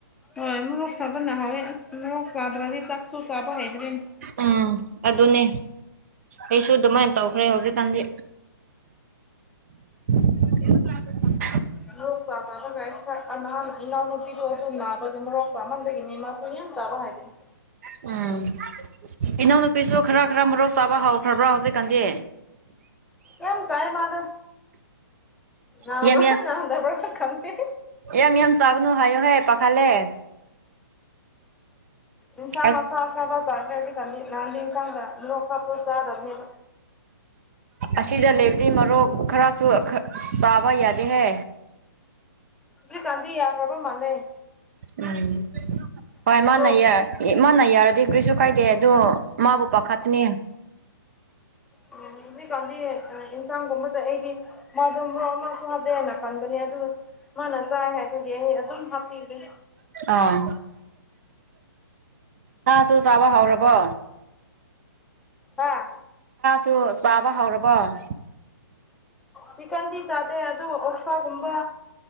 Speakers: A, in the centre; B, on the right.
A: ꯍꯣꯏ ꯃꯣꯔꯣꯛ ꯁꯥꯥꯕ ꯅꯍꯥꯎꯋꯏ ꯑꯁ ꯃꯣꯔꯣꯛ ꯆꯥꯗ꯭ꯔꯗꯤ ꯆꯥꯛꯁꯨ ꯆꯥꯕ ꯍꯩꯗ꯭ꯔꯦꯅꯦ
B: ꯎꯝ ꯑꯗꯨꯅꯦ ꯑꯩꯁꯨ ꯑꯗꯨꯃꯥꯏꯅ ꯇꯧꯈ꯭ꯔꯦ ꯍꯧꯖꯤꯛꯀꯥꯟꯗꯤ ꯭ꯔꯥꯒ
A: <inaudible> ꯃꯣꯔꯣꯛ ꯆꯥ ꯇꯔꯒ ꯅꯍꯥꯟ ꯏꯅꯥꯎꯅ ꯅꯨꯄꯤꯗꯣ ꯑꯗꯨ ꯅꯥꯕꯒꯤ ꯃꯣꯔꯣꯛ ꯆꯥꯃꯟꯗꯒꯤꯅꯤ ꯃꯥꯁꯨ ꯌꯥꯝ ꯆꯥꯕ ꯍꯥꯏꯗꯣꯏꯅꯤ
B: ꯎꯝ ꯏꯅꯥꯎꯅꯨꯄꯤꯁꯨ ꯈꯔ ꯈꯔ ꯃꯔꯣꯛ ꯆꯥꯕ ꯍꯧꯈ꯭ꯔꯕ꯭ꯔꯥ ꯍꯧꯖꯤꯛꯀꯥꯟꯗꯤ
A: ꯌꯥꯝ ꯆꯥꯏ ꯃꯥꯗ ꯅꯗꯕ꯭ꯔ
B: ꯌꯥꯝ ꯌꯥꯝ
A: ꯀꯝꯇꯦ
B: ꯌꯥꯝ ꯌꯥꯝ ꯆꯥꯒꯅꯣ ꯍꯥꯏꯌꯣ ꯍꯥꯏꯦ ꯄꯥꯈꯥꯂꯦ
A: ꯏꯝ ꯆꯥꯡ
B: ꯑꯁ
A: ꯑꯕ ꯆꯁꯤꯗꯤ ꯂꯥꯟꯅ ꯆꯥꯡꯗ ꯅꯣꯛꯈ ꯄꯣꯏ ꯆꯥꯗꯔꯅꯦꯕ
B: ꯑꯁꯤꯗ ꯂꯩꯕꯗꯤ ꯃꯔꯣꯛ ꯈꯔꯁꯨ ꯆꯥꯕ ꯌꯥꯗꯦꯍꯦ
A: ꯑꯗꯨ ꯀꯥꯟꯗꯤꯤ ꯌꯥ ꯌꯥꯝ ꯄꯣꯕ꯭ꯂꯦꯝ ꯃꯥꯅꯦꯦ
B: ꯎꯝ ꯍ
A: ꯃꯣꯔꯣꯛ
B: ꯏꯃꯥ ꯅꯔ ꯑꯦ ꯃꯥꯅ ꯌꯥꯔꯗꯤ ꯀꯔꯤꯁꯨ ꯀꯥꯏꯗꯦ ꯑꯗꯣ ꯃꯥꯕꯨ ꯄꯥꯈꯠꯇꯅꯦ
A: ꯎꯝ ꯍꯧꯖꯤꯛꯀꯥꯟꯗꯤ ꯏꯟꯁꯥꯡꯒꯨꯝꯕꯗ ꯑꯩꯗꯤ ꯃꯗꯨ ꯃ ꯃꯥꯁꯨ ꯍꯥꯗꯦꯅ ꯈꯟꯕꯅꯤ ꯑꯗꯨ ꯃꯥꯅ ꯆꯥꯏ ꯍꯥꯏꯕꯒꯤ ꯑꯩ ꯑꯗꯨꯝ ꯍꯥꯞꯄꯤꯒꯦ
B: ꯑꯥ ꯁꯥꯁꯨ ꯆꯥꯕ ꯍꯧꯥꯎꯔꯕꯣ
A: ꯍꯥꯥ
B: ꯁꯨ ꯆꯥꯕ ꯍꯧꯔꯕꯣ
A: ꯆꯤꯛꯀꯟꯗꯤ ꯆꯥꯗꯦ ꯑꯗꯨ ꯑꯣꯐꯥꯒꯨꯝꯕ